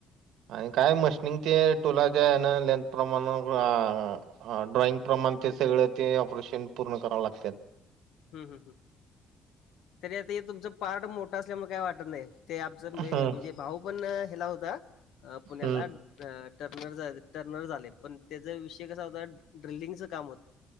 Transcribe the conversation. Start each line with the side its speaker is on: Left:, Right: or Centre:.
Right: आणि काय मशीनी ते स्टूलाच्या हे ना लेंथ प्रमाण आआ हा ड्रॉइंग प्रमाण ते सगळं ते ऑपरेशन पूर्ण कराव लागतेत.
Left: हू हू हू तरी, आता हे तुमचं पार्ट मोठं असल्यामुळे काय वाटत नाही. ते आमच म
Right: हम्म
Left: हे म्हणजे भाऊ पण हेला होता. अ पुण्याला
Right: हम्म
Left: ट टर्नर झा टर्नर झालय, पण त्याचा विषय कसा होता? ड्रिलिंगच काम होतं,